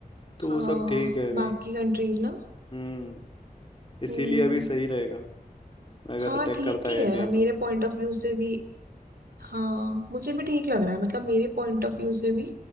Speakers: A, on the left; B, on the right.
A: तो
B: हाँ
A: वो सब ठीक है अभी
B: बाकी कंट्रीज ना
A: हम्म इसीलिए
B: हम्म
A: अभी सही रहेगा अगर
B: हाँ
A: अटैक
B: ठीक
A: करता है
B: ही है
A: इंडिया तो
B: मेरे पॉइंट ऑफ व्यू से भी हाँ मुझे भी ठीक लग रहा है मतलब मेरे पॉइंट ऑफ व्यू से भी